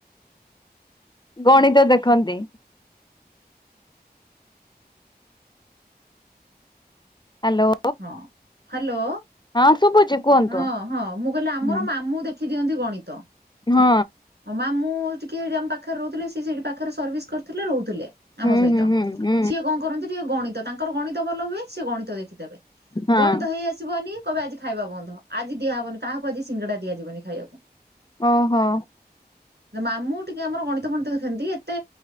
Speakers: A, on the left (about 25°); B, on the right (about 85°).
A: ଗଣିତ ଦେଖନ୍ତି। ହ୍ୟାଲୋ।
B: ହଁ ହ୍ୟାଲୋ
A: ହଁ ଶୁଭୁଛି କୁହନ୍ତୁ
B: ହଁ ହଁ ମୁଁ କହିଲି ଆମର
A: ହୁଁ
B: ମାମୁଁ ଦେଖ ଦେଖି ଦିଅନ୍ତି ଗଣିତ
A: ହଁ
B: ମାମୁଁ ଟିକେ ଆମ ପାଖରେ ରହୁଥିଲେ ସିଏ ସେଇଠି ପାଖରେ ସର୍ଭିସ୍ କରିଥିଲେ ରହୁଥିଲେ ଆମ
A: ହୁଁ
B: ସହିତ
A: ହୁଁ ହୁଁ ହୁଁ
B: ସିଏ କଣ କରନ୍ତି ଟିକେ ଗଣିତ ତାଙ୍କର ଗଣିତ ଗ ଭଲ ହୁଏ ସେ ଗଣିତ ଦେଖିଦେବେ
A: ହଁ
B: ଗଣିତ ହେଇ ଆସିବନି କବେ ଆଜି ଖାଇବା ବନ୍ଧ ଆଜି ଦିଆ ହବନି କାହା ଆଜି ସିଙ୍ଗଡ଼ା ଦିଆ ଯିବନି ଖାଇଆକୁ
A: ଓହୋ।
B: ମାମୁ ଟିକେ ଆମର ଗଣିତ ଫଣିତ ଦେଖନ୍ତି ଏତେ